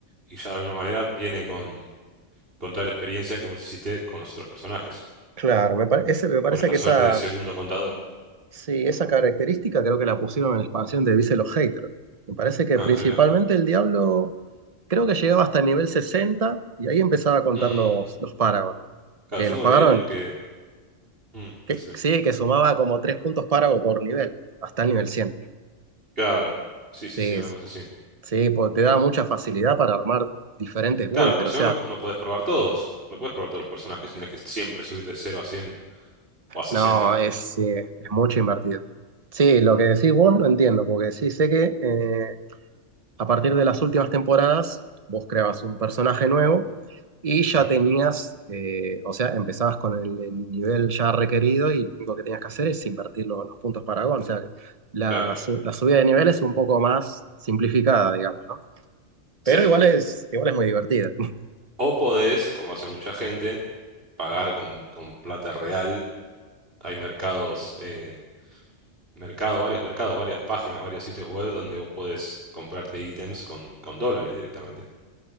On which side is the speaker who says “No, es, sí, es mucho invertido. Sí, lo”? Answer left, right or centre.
Right